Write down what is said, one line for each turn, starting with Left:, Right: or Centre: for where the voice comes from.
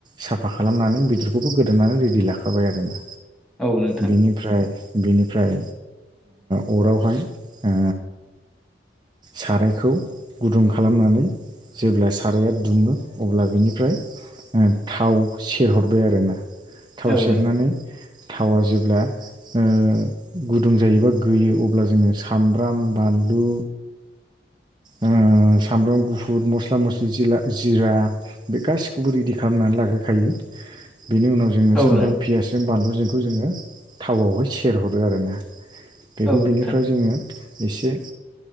Right: साफा खालामनानै बेदरखौबो गोदोनानै रेडि लाखाबाय आरोना
Centre: औ नोंथां
Right: बेनिफ्राय बेनिफ्राय ओ अरावहाय ओ सारायखौ गुदुं खालामनानै जेब्ला साराया दुङो अब्ला बिनिफ्राय थाव सेरहरबाय आरोना थाव
Centre: औ औ
Right: सेरनानै थावा जेब्ला ओ गुदुं जायोबा गोयो अब्ला जोङो सामब्राम बा नलु ओ सामब्राम गुफुर मस्ला मस्लि जिला जिरा बे गासि खौबो रेडि खालामनानै लाग्रोखायो बेनि उनाव जोङो
Centre: नों
Right: सामफ्राम पियासजों बान लुजोंखौ जोङो थावआवहाय सेरहरो आरोना बेखौ
Centre: औ
Right: बिनिफ्राय
Centre: नोंथां
Right: जोङो एसे